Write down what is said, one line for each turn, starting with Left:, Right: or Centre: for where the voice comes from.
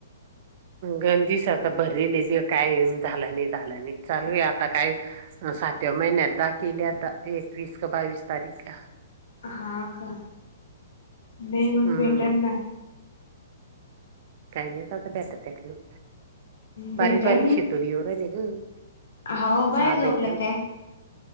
Right: गंजिश आता भरली ते काय झालं नाही, झालं नाही चालू आहे आता काय. सातव्या महिन्यात दाकेली आता हे एकवीस का बावीस तारीखला.
Left: हा का? नाही
Right: हम्म
Left: मग भेटर ना.
Right: काय माहिती आता भेटत की नाही,
Left: भेटल
Right: बारीक बारीक
Left: ना.
Right: शेतोडी येऊ राहिले.. हम्म
Left: हो बाहेर
Right: हा
Left: झोपल्या
Right: भेटल.
Left: काय